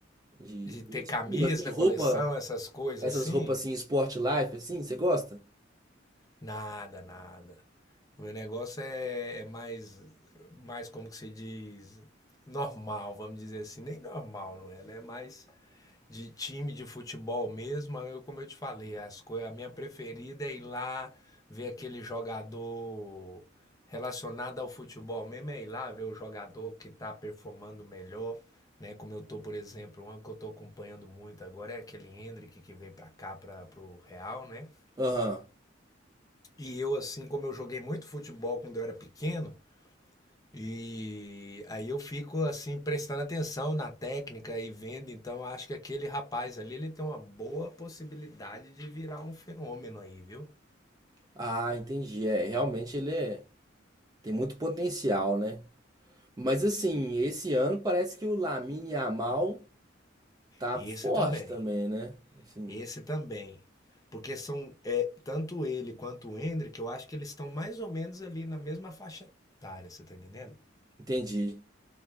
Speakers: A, on the right; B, on the left.
A: de,
B: de ter
A: do estilo,
B: camisa,
A: assim, roupa.
B: coleção, essas coisas
A: Essas
B: assim,
A: roupas assim, sport life, assim, você gosta?
B: nada, nada. O meu negócio é, é mais, mais como que se diz, normal, vamos dizer assim. Nem normal, não é, né? Mas de time de futebol mesmo, eu, como eu te falei, as coisas, a minha preferida é ir lá ver aquele jogador relacionado ao futebol mesmo, é ir lá ver o jogador que tá performando melhor, né? Como eu tô, por exemplo, um que eu tô acompanhando muito agora é aquele Hendrick que veio pra cá, para pro Real, né?
A: Aham.
B: E eu, assim, como eu joguei muito futebol quando eu era pequeno, e aí eu fico assim prestando atenção na técnica e vendo, então acho que aquele rapaz ali ele tem uma boa possibilidade de virar um fenômeno aí, viu?
A: Ah, entendi. É, realmente ele é... tem muito potencial, né? Mas assim, esse ano parece que o Lamine Yamal tá
B: E
A: forte
B: esse também,
A: também, né? Assim,
B: esse também, porque são é, tanto ele quanto o Hendrick, eu acho que eles estão mais ou menos ali na mesma faixa etária, você tá entendendo?
A: entendi.